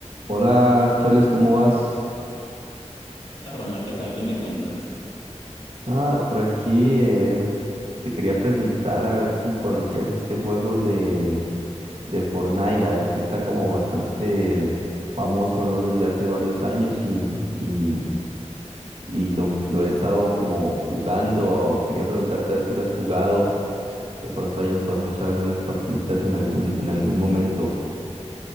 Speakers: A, on the right; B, on the left.
A: Hola, Charles, ¿cómo vas?
B: Ronald, ¿qué tal? ¿Qué me cuentas?
A: Ah, por aquí eh, te quería preguntar a ver si conocías este juego de, de Fortnite, a ver que está como bastante famoso, ¿no? Desde hace varios años y, y, y lo, lo he estado como jugando. Quería preguntarte a ver si lo has jugado. De pronto ahí nos podemos echar algunas partiditas en algún, en algún momento.